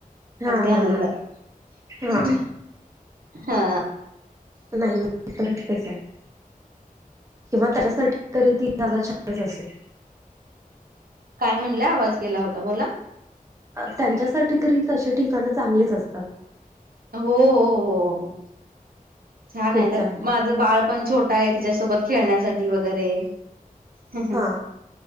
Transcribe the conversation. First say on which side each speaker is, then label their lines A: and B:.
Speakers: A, on the right; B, on the right.
A: हा
B: अगदी
A: हा
B: आनंदात
A: हा
B: हां
A: हा
B: हा
A: नाही तरी ठिकच आहे किंवा त्याच्यासाठी तरी ती जागा छानच असे
B: काय म्हणल्या आवाज गेला होता बोला
A: त्यांच्यासाठी तरी तशे ठिकाणं चांगलीच असतात.
B: हो हो हो छान
A: खूप
B: आहे त्यात
A: चांगली
B: माझं बाळ पण छोट टाय तिच्यासोबत खेळण्यासाठी वगैरे हूं हूं
A: हा